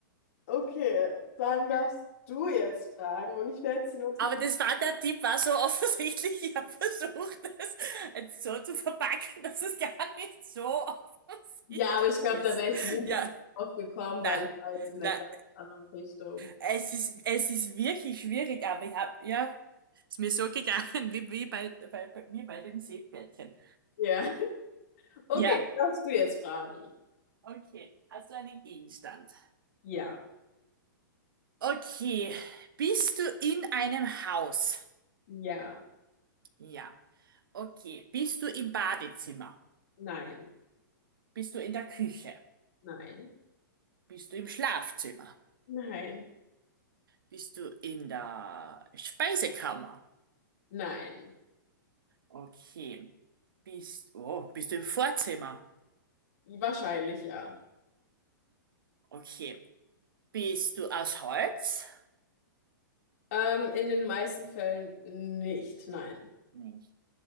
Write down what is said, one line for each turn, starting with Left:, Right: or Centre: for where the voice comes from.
Left: Okay, dann darfst du jetzt fragen und ich werde sie natürlich.
Right: das war der Tipp, war so offensichtlich. Ich habe versucht, das jetzt so zu verpacken, dass es gar nicht so offensichtlich
Left: Ja, aber ich glaube,
Right: ist.
Left: da wäre ich wirklich
Right: Ja,
Left: drauf gekommen,
Right: na,
Left: weil ich war jetzt in
Right: na,
Left: der ganz anderen Richtung.
Right: es ist, es ist wirklich schwierig, aber ich habe, ja, ist mir so gegangen, wie, wie bei, bei, bei mir bei dem Seepferdchen.
Left: Ja. <laughs> Okay,
Right: Ja.
Left: darfst du jetzt fragen.
Right: Okay, also einen Gegenstand.
Left: Ja,
Right: Okay, bist du in einem Haus?
Left: ja,
Right: Ja. Okay, bist du im Badezimmer?
Left: nein,
Right: Bist du in der Küche?
Left: nein,
Right: Bist du im Schlafzimmer?
Left: nein,
Right: Bist du in der Speisekammer?
Left: nein.
Right: Okay. Bist, oh, bist du im Vorzimmer?
Left: Wahrscheinlich ja.
Right: Okay. Bist du aus Holz?
Left: Ähm, in den meisten Fällen nicht, nein.
Right: Nicht.